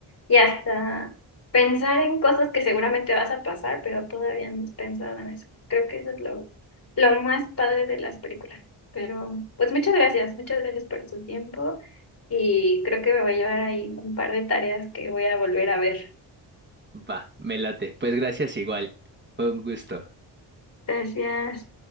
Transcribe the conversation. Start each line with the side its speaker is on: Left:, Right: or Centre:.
Left: Y hasta pensar en cosas que seguramente vas a pasar, pero todavía no has pensado en eso. Creo que eso es lo, lo más padre de las películas. Pero pues muchas gracias, muchas gracias por tu tiempo y creo que me voy a llevar ahí un par de tareas que voy a volver a ver.
Right: Va, me late. Pues gracias igual. Fue un gusto.
Left: Gracias.